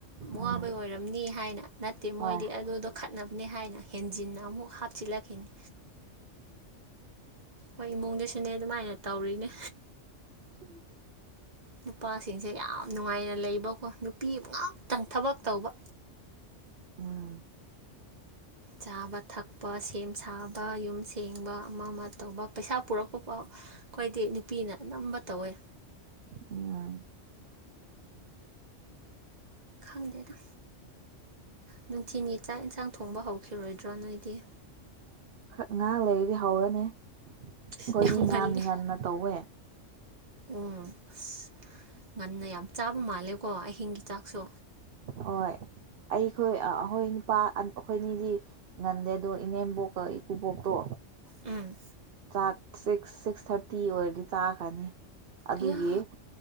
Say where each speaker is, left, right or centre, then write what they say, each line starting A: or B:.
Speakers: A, on the right; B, on the right.
A: ꯎꯝ
B: ꯋꯥꯕ ꯑꯣꯏꯔꯝꯅꯤ ꯍꯥꯏꯅ ꯅꯠꯇꯦ ꯃꯣꯏꯗꯤ
A: ꯍꯣꯏ
B: ꯑꯗꯨꯗꯣ ꯆꯠꯅꯕꯅꯦ ꯍꯥꯏꯅ ꯍꯦꯟꯖꯤꯟꯅ ꯑꯃꯨꯛ ꯍꯥꯞꯆꯤꯜꯂꯛꯈꯤꯅꯤ ꯍꯣꯏ ꯏꯃꯨꯡꯗ ꯁꯤꯅꯦ ꯑꯗꯨꯃꯥꯏꯅ ꯇꯧꯔꯤꯅꯦ
A: ꯎꯝ
B: ꯅꯨꯄꯥꯁꯤꯡꯁꯦ ꯌꯥꯝ ꯅꯨꯡꯉꯥꯏꯅ ꯂꯩꯕꯀꯣ ꯅꯨꯄꯤ ꯉꯥꯛꯇꯪ ꯊꯕꯛ ꯇꯧꯕ
A: ꯎꯝ
B: ꯆꯥꯕ ꯊꯛꯄ ꯁꯦꯝ ꯁꯥꯕ ꯌꯨꯝ ꯁꯦꯡꯕ ꯑꯃ ꯑꯃ ꯇꯧꯕ ꯄꯩꯁꯥ ꯄꯨꯔꯛꯄꯥꯎ ꯑꯩꯈꯣꯏꯗꯤ ꯅꯨꯄꯤꯅ ꯑꯅꯝꯕ ꯇꯧꯋꯦ
A: ꯎꯝ
B: ꯈꯪꯗꯦꯅ ꯅꯨꯡꯊꯤꯤꯟꯒꯤ ꯆꯥꯛ ꯏꯟꯁꯥꯡ ꯊꯣꯡꯕ ꯍꯧꯈꯤꯔꯣꯏꯗ꯭ꯔꯣ ꯅꯣꯏꯗꯤ
A: ꯈꯔ ꯉꯍ ꯂꯩꯔꯗꯤ ꯍꯧꯔꯅꯤ ꯑꯩꯈꯣꯏꯗꯤ
B: ꯌꯥꯝ
A: ꯉꯥꯟ
B: ꯉꯜꯂꯦ
A: ꯉꯟꯅ ꯇꯧꯋꯦ
B: ꯎꯝ ꯑꯁ ꯉꯟꯅ ꯌꯥꯝ ꯆꯥꯕ ꯃꯥꯜꯂꯦꯀꯣ ꯑꯍꯤꯡꯒꯤ ꯆꯥꯛꯁꯨ
A: ꯍꯣꯏ ꯑꯩꯈꯣꯏ ꯑꯩꯈꯣꯏ ꯅꯨꯄꯥ ꯑꯩꯈꯣꯏ ꯑꯅꯤꯗꯤ ꯉꯟꯗꯦꯗꯣ ꯏꯅꯦꯝꯕꯣꯛꯀ ꯏꯀꯨꯕꯣꯛꯇꯣ
B: ꯎꯝ
A: ꯆꯥꯛ ꯁꯤꯛꯁ ꯁꯤꯛꯁ ꯊꯥꯔꯇꯤ ꯑꯣꯏꯔꯗꯤ ꯆꯥꯈ꯭ꯔꯅꯤ ꯑꯗꯨꯒꯤ
B: ꯑꯌꯥ